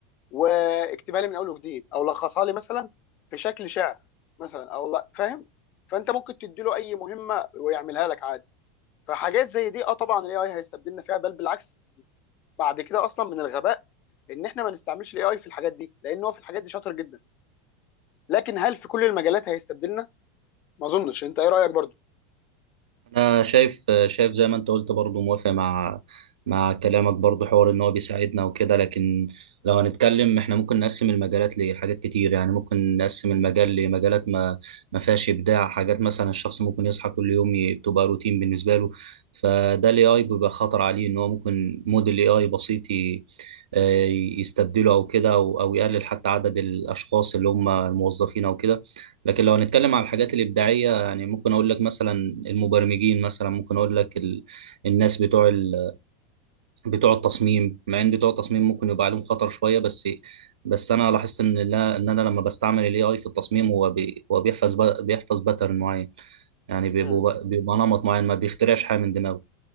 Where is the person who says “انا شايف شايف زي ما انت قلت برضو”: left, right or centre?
Right